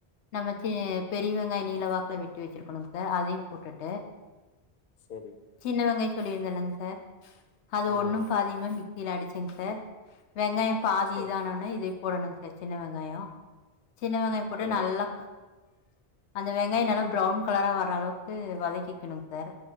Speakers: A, on the left; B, on the left.
A: நம்ம சி பெரி வெங்காயோ நீலவாக்கல வெட்டி வெச்சிருக்கணுங்க சார் அதையு போட்டுட்டு
B: சரி
A: சின்ன வெங்காயம் சொல்லிருந்தலங்க சார் அது
B: ஆமாங்க
A: ஒண்ணும் பாதிமா ம இதஅடிச்சுங் சார் வெங்காயம் பாதி
B: சரி
A: இத ஆனோன இத போடணுங் சார் சின்ன வெங்காயம் சின்ன வெங்காயம் போட்டு
B: சரி
A: நல்லா அந்த வெங்காயம் நல்லா ப்ரௌன் கலரா வர அளவுக்கு வதக்கிக்கணுங் சார்